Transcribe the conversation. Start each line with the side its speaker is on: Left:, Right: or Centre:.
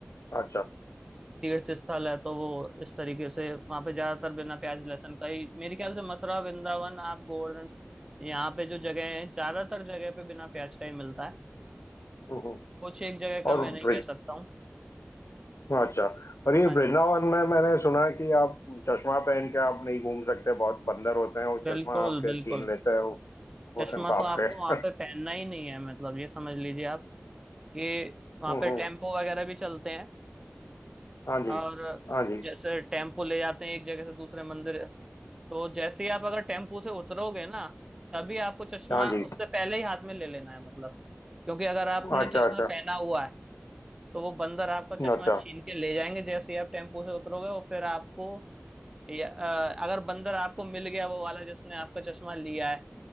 Left: अच्छा
Right: तीर्थ स्थल है तो वो इस तरीके से वहां पे ज्यादातर बिना प्याज लहसुन का ही मेरे ख्याल से मथुरा वृंदावन आप गोवर्धन यहाँ पे जो जगह है ज्यादातर जगह पे बिना प्याज का ही मिलता है
Left: हम्म हम्म।
Right: कुछ एक जगह का
Left: और
Right: मैं नहीं
Left: ब्रे
Right: कह सकता हूँ
Left: अच्छा और ये
Right: हाँ
Left: वृंदावन
Right: जी
Left: में मैंने सुना है कि आप चश्मा पहन के आप नहीं घूम सकते बहुत बंदर होते हैं वो
Right: बिल्कुल
Left: चश्मा आपके
Right: बिल्कुल
Left: छीन लेते हैं वो वो
Right: चश्मा
Left: है बाप
Right: तो आपको
Left: रे
Right: वहां पे
Left: <laughs>
Right: पहनना ही नहीं है मतलब ये समझ लीजिए आप कि वहां
Left: हम्म,
Right: पे
Left: हम्म,
Right: टेम्पो वगैरह भी चलते हैं
Left: हाँ जी
Right: और
Left: हाँ जी
Right: जैसे टेम्पो ले जाते हैं एक जगह से दूसरे मंदिर तो जैसे ही आप अगर टेम्पू से उतरोगे ना तभी आपको चश्मा
Left: हाँ जी
Right: उससे पहले ही हाथ में ले लेना है मतलब क्योंकि अगर आपने
Left: अच्छा
Right: चश्मा
Left: अच्छा
Right: पहना हुआ है तो वो बंदर आपका चश्मा
Left: अच्छा
Right: छीन के ले जाएंगे जैसे ही आप टेम्पू से उतरोगे और फिर आपको या, अ, अगर बंदर आपको मिल गया वो वाला जिसने आपका चश्मा लिया है